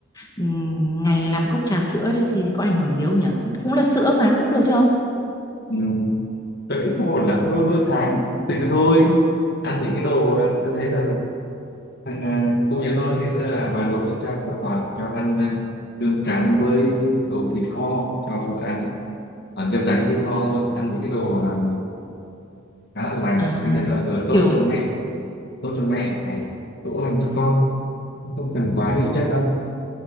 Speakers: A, on the left; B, on the left.
A: ừm, ngày làm cốc trà sữa đấy thì có ảnh hưởng gì không nhỉ? Cũng là sữa mà cũng được chứ không?
B: là tôi nghĩ không ổn lắm mơ mơ thái từ thôi ăn những cái đồ à, tôi thấy là thằng à, cô nhà tôi ngày xưa là bà nội chắc là toàn cho ăn à, cơm trắng với đồ thịt kho cho vợ ăn ấy. ăn cơm trắng thịt kho thôi ăn những cái đồ à, khá là lành
A: À,
B: thứ nhất là vừa tốt
A: kiểu
B: cho mẹ tốt cho mẹ này cũng lành cho con không cần quá nhiều chất đâu